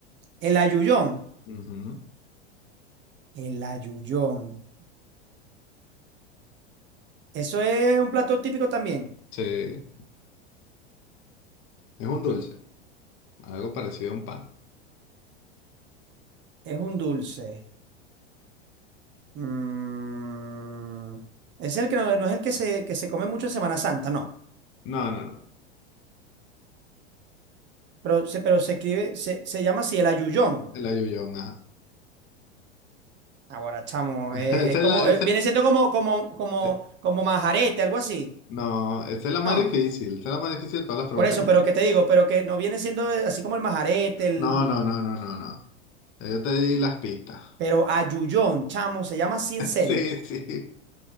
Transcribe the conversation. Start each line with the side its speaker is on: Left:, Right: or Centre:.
Right: El ayuyón.
Left: Ujú,
Right: El ayuyón. Eso es un plato típico también.
Left: Sí, es un dulce, algo parecido a un pan.
Right: Es un dulce. Mm, Es el que no, no es el que se, que se come mucho en Semana Santa, no.
Left: No, no, no.
Right: Pero se, pero se escribe, se, se llama así el ayuyón.
Left: El ayuyón, ajá.
Right: Ahora, chamo,
Left: <laughs> Esa
Right: eh, es como,
Left: es la, esa
Right: eh, viene
Left: es-
Right: siendo como, como, como,
Left: es-
Right: como majarete, algo así.
Left: no, esta es la más
Right: No,
Left: difícil. Esta es la más difícil de todas las preguntas
Right: por eso,
Left: que tengo.
Right: pero que te digo, pero que no viene siendo eh, así como el majarete, el,
Left: No, no, no, no, no, no. Ya Yo te di las pistas. <laughs>
Right: pero ayuyón, chamo, se llama así en serio.
Left: Sí, sí.